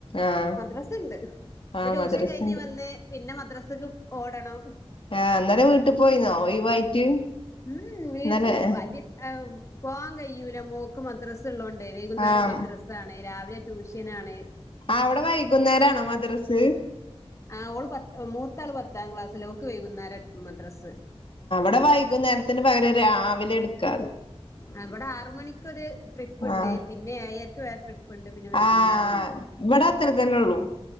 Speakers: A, on the left; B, on the left.
A: ആഹ്
B: മദ്രസ്ണ്ട്
A: ആഹ്
B: ട്യൂഷൻ
A: മദ്രസ
B: കഴിഞ്ഞ്
A: ഉണ്ട്
B: വന്ന് പിന്നെ മദ്രസക്ക് ഓടണം.
A: ആഹ് ഇന്നലെ വീട്ട് പോയിന്നോ? ഒഴിവായിട്ട്
B: ഉം ഉം വീട്ടില്
A: ഇന്നലെ
B: വൈകി ഏ പോവാൻ കയ്യൂല മോക്ക് മദ്രസ് ത്ത്ള്ളോണ്ടെ വൈകുന്നേരം
A: ആഹ്
B: മദ്രസാണ് രാവിലെ ട്യൂഷ്യനാണ്.
A: അവടെ വൈകുന്നേരാണോ മദ്രസ്?
B: ആഹ് ഓള് പത്ത് മൂത്താള് പത്താം ക്ലാസ് ലാ ഓക്ക് വൈകുന്നേരാ മദ്രസ്സ്.
A: ഇവടെ വൈകുന്നേരത്തിന് പകരം രാവിലെ ഇട്ക്കാറ്.
B: ആ ഇവിടെ ആറ് മണിക്കൊരു ട്രിപ്പ്ണ്ട്
A: ആഹ്
B: പിന്നെ ഏയര്ക്ക് വേറെ ട്രി പ്പ്ണ്ട് പിന്നെ വൈകുന്നേരുണ്ട്
A: ആഹ് ഇവിടെ അത്ര തന്നെ ഉള്ളൂ